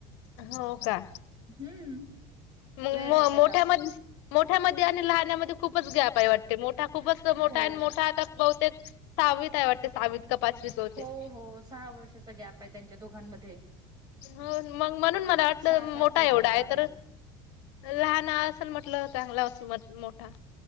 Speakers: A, on the left (about 80°); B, on the right (about 25°).
A: हो का.
B: हम्म
A: मग
B: वेळ
A: म
B: आहे त्याला
A: मोठ्या म -- मोठ्यामध्ये आणि लहण्यामध्ये खूपच गॅप आहे वाटते. मोठा खूपच मोठा
B: हो
A: आणि मोठा आता बहुतेक -- सहावित हाय वाटते सहावित काय पचवित बहुतेक.
B: हो हो सहा वर्षाचा गॅप आहे त्यांच्या दोघांमध्ये.
A: हो. मग म्हणून मला वाटलं
B: सहा सात
A: मोठा
B: वर्षाचा
A: एवढा आहे तर लहान असेल म्हटलं चांगला अस मोठा.